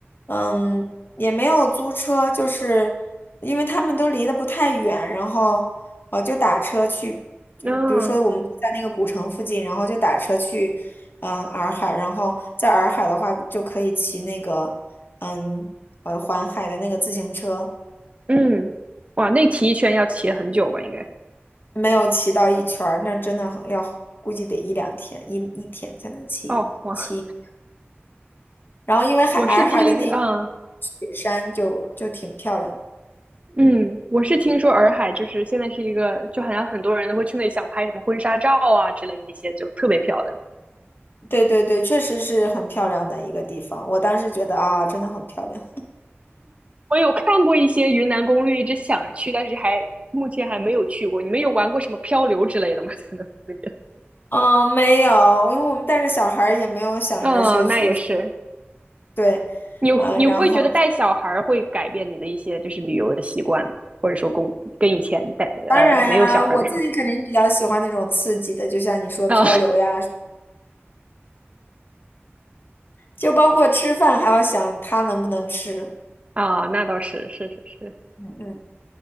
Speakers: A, on the left (about 55°); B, on the right (about 30°).
A: 嗯，也没有租车，就是因为他们都离得不太远，然后呃就打车去，就比如说我们住在那个古城附近，
B: 嗯
A: 然后就打车去，嗯，洱海，然后在洱海的话就可以骑那个，嗯，呃，环海的那个自行车，
B: 嗯，哇，那骑一圈要骑很久吧？应该。
A: 没有骑到一圈儿，那真的很要估计得一两天，一一天才能骑骑。
B: 哦，哇，
A: 然后因为海洱海的那一
B: 我是听，嗯
A: 雪山就就挺漂亮的。
B: 嗯，我是听说洱海就是现在是一个，就好像很多人都会去那里想拍什么婚纱照啊之类的一些，就特别漂亮。
A: 对对对，确实是很漂亮的一个地方。我当时觉得啊，真的很漂亮。
B: 我有看过一些云南攻略，一直想着去，但是还目前还没有去过。你们有玩过什么漂流之类的吗？<laughs> 在那边？
A: 嗯，没有，因为我们带着小孩儿也没有想着说去偏，
B: 嗯，那也是。
A: 对，
B: 你你会觉得带小孩儿会改变你的一些就是旅游的习惯吗？
A: 嗯，然后
B: 或者说跟跟以前带呃没有小孩儿的时候？
A: 当然呀，我自己肯定比较喜欢那种刺激的，就像你说漂流呀，
B: 啊
A: 就包括吃饭还要想他能不能吃，
B: <laughs> 啊，那倒是是是是，
A: 嗯嗯。